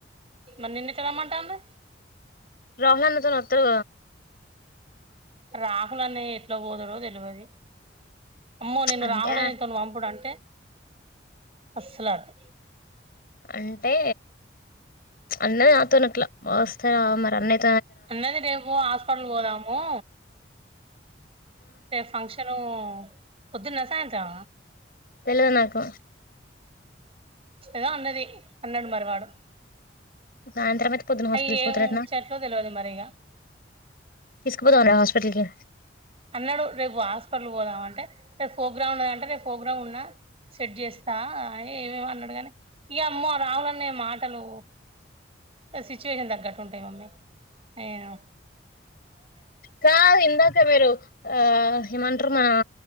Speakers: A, on the right (about 30°); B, on the left (about 50°).
A: మరి నిన్ను ఎట్లా రమ్మంటాంది
B: రాహలాన్నతోన త
A: రాహుల్ అనే ఎట్లా పోదుడో తెలివది అమ్మో నేను
B: అంటే
A: రాహులేనితోను పంపుడు అంటే అసలాది
B: అంటే అన్నది నాతోనట్లా వస్తార మరి అన్నయి
A: అన్నది రేపు హాస్పిటల్ పోదాము ఫంక్షను పొద్దున్న సాయంత్రం
B: తెలీదు నాకు
A: రా అనాది అన్నాడు మరి వాడు
B: సాయంతరం అయితే పోద్దున్న హాస్పిటల్
A: అయి
B: పోటాడు
A: ఏం
B: అంటానా
A: ముచ్చట్లో తెలవదు మరి ఇగ
B: తీసుకొని పోతాడు అనాడా హాస్పిటల్ కి
A: అన్నాడు రేపు హాస్పిటల్ పోదాం అంటే రేపు పోగ్రామ్ అంటే రేపు పోగ్రామ్ ఉన్నా సెట్ చేస్తా అని ఏమేమి అన్నాడు కానీ ఇక అమ్మ రాహుల్ అనే మాటలు సిచుషన్ ద గట్ ఉంటాయి మమ్మీ ఆయు
B: కా ఇందాక మీరు ఆ ఏమంటారు మ